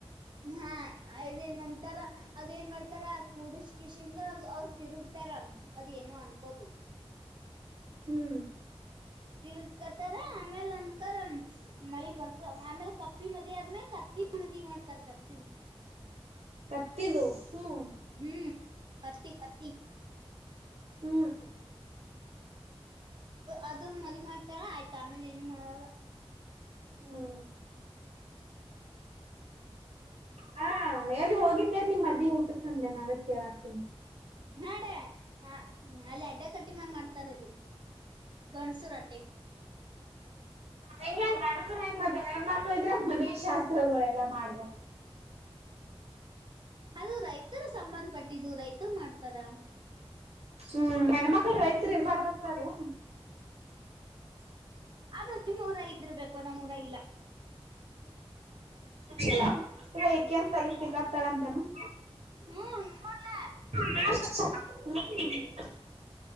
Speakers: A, on the right; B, on the right.
A: ಹಾ ಅದೇ ನಂತರ ಅದ್ೇಏನ್ ಮಾಡ್ತಾರ ಕೂಡಿಸ ಕಷ ಅಂದ್ರ. ಅವ್ರ ತಿರುಗತಾರ ಮದ್ ಏನು ಅನ್ಕೋತ.
B: ಹ್ಮ್.
A: ತಿರುಕತಾರ ಆಮೇಲ್ ಅನ್ಕಾರರ. ಮಳಿ ಬರ್ತದ ಆಮೇಲೆ ಕಪ್ಪಿ ಮದ ಆದ್ಮಲೆ ಕತ್ತಿ ಮದಿ ಮಾಡ್ತಾರ ಕತ್ತಿದ.
B: ಕತ್ತಿದು ಹ್ಮ್
A: ಹ್ಮ್ ಪತ್ತ ಪತ್ತಿ.
B: ಹ್ಮ್.
A: ಅದ್ರ ಮದಿ ಮಾಡ್ತಾರ ಆಯ್ತ ಆಮೇಲೆ ಏನು ಮಾಡಲ್ಲ.
B: ಹ್ಮ್. ಹಾ ಎಲ್ಲಿ ಹೋಗಿದ್ದೆ ನಿಮ್ಮ ಮದಿ ಊಟಕಂಡೆ ನ ಅಡ ಕೇಳ ಹಾಕ್ತೀನಿ.
A: ನಾಡೆ ಹ ಅಲ್ಲಿ ಅಡ್ಡ ಕಟ್ಟಿಮೆ ಮಾಡ್ತಾರ ಇದು. ಗಣಸು ರೊಟ್ಟಿ
B: ಹೆಂಗಗೆ ಅಣಪುರ ಹೆಣ್ ಮದ <inaudible> ಹೆಣ್ಣು ಮಕ್ಕಳಿದ್ರಾ ಮನೆ ಶಾಸ್ತ್ರಗಳೆಲ್ಲಾ ಮಾಡ್ಬೇಕು.
A: ಅದು ರೈತರು ಸಂಬಂಧ ಪಟ್ಟಿದ್ದು ರೈತರು ಮಾಡ್ತ. ತರ.
B: ಹ್ಮ್ ಹೆಣ್ಮಕ್ಳ ರೈತ್ರು ಇ ಮಾಡಾ ಬರ್ತಾವ.
A: ಅದು ನಿಮ್ಮ್ ಊರ ಇದರ್ಬೇಕು ನಮ್ಮ್ ಊರ ಇಲ್ಲ.
B: ಇಲ್ಲ ಇಕೆ ಅಂತಲತಿಲ್ಲ ತಳಂದೇನು <inaudible>
A: ಹ್ಮ್ ನೋ
B: ಹ <unintelligible>